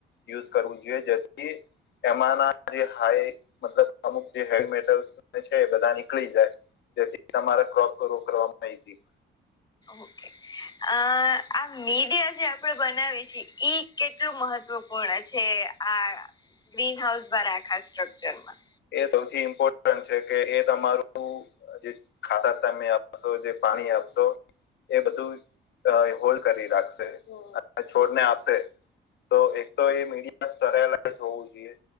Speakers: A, on the left; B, on the left.
A: યુઝ કરવું જોઈએ જેથી એમાંના જે હાય મતલબ અમુક જે હેવી મેટર છે એ બધા નીકળી જાય જેથી તમારા ક્રોપ રો કરવામાં ઈઝી
B: ઓકે. અ આ મીડિયા જે આપણેે બનાવી છીએ કેટલું મહત્વપૂર્ણ છે આ ગ્રીન હાઉસ વા રાખા સ્ટ્રકચરમાં?
A: એ સૌથી ઇમ્પોર્ટન્ટ છે કે એ તમારું જે ખાતા તમે આપશો જે પાણી આપશો એ બધું હોલ્ડ કરી રાખશે અને છોડને આપશે. તો એક તો એ મીડિયા કરાયેલા જ હોવું જોઈએ